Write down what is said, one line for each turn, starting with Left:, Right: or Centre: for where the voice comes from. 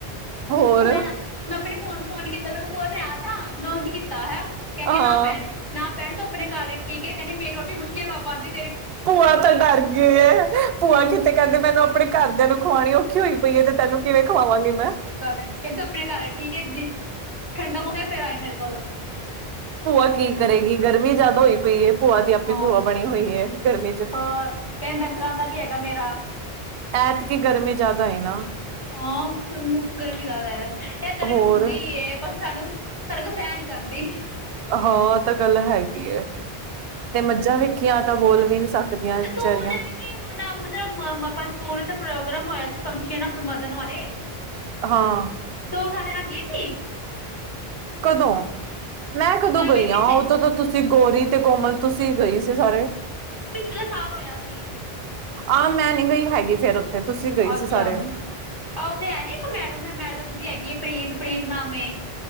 Right: ਹੋਰ
Left: ਮੈਂ ਤਾਂ ਮੈਂ ਆਪਣੀ ਭੂਆ ਨੂੰ ਫੋਨ ਕੀਤਾ, ਮੈਂ ਕਿਹਾ ਭੂਆ ਮੈਂ ਆਜਾਂ, ਮੈਂ ਉਂਜ ਕੀਤਾ ਹੈਂ। ਕਹਿੰਦੀ
Right: ਹਾਂ
Left: ਨਾ ਭੈਣ ਨਾਭੈਣ ਤੂੰ ਆਪਣੇ ਘਰ ਹੀ ਠੀਕ ਏਂ ਕਹਿੰਦੀ ਮੇਰੀ ਰੋਟੀ ਮੁਸ਼ਕਿਲ ਆੱ ਪਾਉਂਦੀ।
Right: ਭੂਆ ਤਾਂ ਡਰ ਗਈ ਏ
Left: ਹਮ
Right: ਭੂਆ ਕਿਤੇ ਕਹਿੰਦੀ ਮੈਨੂੰ ਆਪਣੇ ਘਰਦਿਆਂ ਨੂੰ ਖਵਾਉਣੀ ਔਖੀ ਹੋਈ ਪਈੇ ਏ, ਤੇ ਤੈਨੂੰ ਕਿਵੇਂ ਖਵਾਵਾਂਗੀ ਮੈਂ।
Left: ਕਹਿੰਦਾ <unintelligible> ਆਪਣੇ ਘਰ ਹੀ ਠੀਕ ਹੈ ਜੀ, ਠੰਡਾ ਮੋਸਮ ਫੇਰ ਆਈ ਮੇਰੇ ਕੋਲ।
Right: ਭੂਆ ਕੀ ਕਰੇਗੀ? ਗਰਮੀ ਜਿਆਦਾ ਹੋਈ ਪਈ ਏ। ਭੂਆ ਦੀ
Left: ਹਾਂ
Right: ਆਪਣੀ ਭੂਆ ਬਣੀ ਹੋਈ ਏ ਗਰਮੀ ਚ।
Left: ਹੋਰ ਕਹਿੰਦੇ ਡੰਗਰਾਂ ਦਾ ਵੀ ਹੈਗਾ ਮੇਰਾ
Right: ਐਤ ਕੇ ਗਰਮੀ ਜ਼ਿਆਦਾ ਹੈ ਨਾ।
Left: ਹਾਂ, ਗਰਮੀ ਜ਼ਿਆਦਾ ਹੈ, ਇਹ ਗਰਮੀ
Right: ਹੋਰ
Left: ਹੁੰਦੀ ਹੀ ਏ ਬਸ ਸਾਨੂੰ ਸਾਡੇ ਕੋਲ ਸਹਿ ਨੀ ਜਾਂਦੀ।
Right: ਹਾਂ, ਤਾਂ ਗੱਲ ਹੈਗੀ ਏ, ਤੇ ਮੱਝਾਂ ਵੇਖੀਆਂ ਤਾਂ ਬੋਲ ਵੀ ਨਹੀਂ ਸਕਦੀਆਂ ਵਿਚਾਰੀਆਂ।
Left: ਤੂੰ ਜਿਵੇਂ ਕਿ ਹੁਣ ਮਤਲਬ ਆਪਾਂ ਸਕੂਲ ਚ ਪ੍ਰੋਗਰਾਮ ਹੋਇਆ ਸੀ ਫੰਕਸ਼ਨ ਮਦਨ ਵਾਲੇ।
Right: ਹਾਂ।
Left: ਤੋ, ਉਹ ਸਾਡੇ ਨਾਲ ਗਈ ਥੀ?
Right: ਕਦੋਂ? ਮੈਂ ਕਦੋਂ
Left: ਆ
Right: ਗਈ ਹਾਂ?
Left: ਪਿੱਛੇ
Right: ਉਦੋਂ ਤਾਂ ਤੁਸੀਂ, ਗੋਰੀ ਤੇ ਕੋਮਲ ਤੁਸੀਂ ਗਏ ਸੀ ਸਾਰੇ।
Left: ਪਿਛਲੇ ਸਾਲ ਹੋਇਆ ਸੀ।
Right: ਆਹ, ਮੈਂ ਨੀ ਗਈ ਹੈਗੀ ਫੇਰ ਤੁਸੀਂ ਗਈ
Left: ਅੱਛਾ,
Right: ਸੀ ਸਾਰੇ
Left: ਆ ਉੱਥੇ ਹੈ ਨੀ ਇੱਕ ਮੈਡਮ ਹੈ, ਮੈਡਮ ਜੀ ਹੈਗੀ ਹੈ ਪ੍ਰੀਤ-ਪ੍ਰੀਤ ਨਾਮ ਏ।